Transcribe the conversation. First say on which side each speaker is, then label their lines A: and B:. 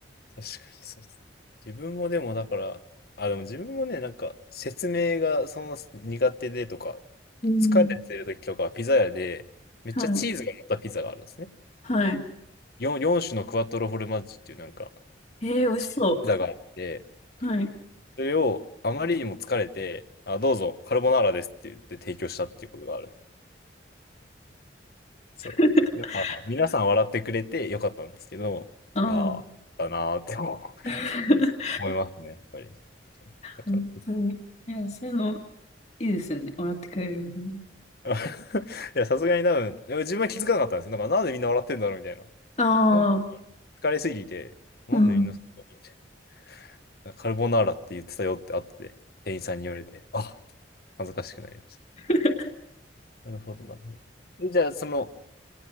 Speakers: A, on the left (about 55°); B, on the left (about 35°).
A: そうっす。自分もでもだから、あ、でも自分もね、なんか説明がそんな苦手でとか、
B: うん。
A: 疲れてる時とかはピザ屋で、めっちゃチーズが乗ったピザがあるんですね。
B: はい。はい。
A: 4、4種のクワトロフォルマッジっていうなんか、
B: ええー、美味しそ
A: チーズピザがあって、
B: う。はい。
A: それをあまりにも疲れて、あ、どうぞ、カルボナーラですって言って提供したっていうことがある。そう。
B: <laughs>
A: やっぱ皆さん笑ってくれてよかったんですけど、
B: うん。
A: ああ、だなーって思う
B: <laughs>
A: 思いますね、やっぱり。だから。
B: 本当に。いや、そういうの、いいですよね。笑ってくれるのね。
A: あ <laughs> いや、さすがに多分、でも自分は気づかなかったんですよ。なんか、なんでみんな笑ってんだろうみたいな。
B: あ
A: なん
B: あ、
A: 疲れすぎて、なんでみんなそんなにみたい
B: うん。
A: な。カルボナーラって言ってたよって後で、店員さんに言われて、あ、恥ずかしくなりまし
B: <laughs>
A: た。なるほど、なるほど。えじゃあ、その、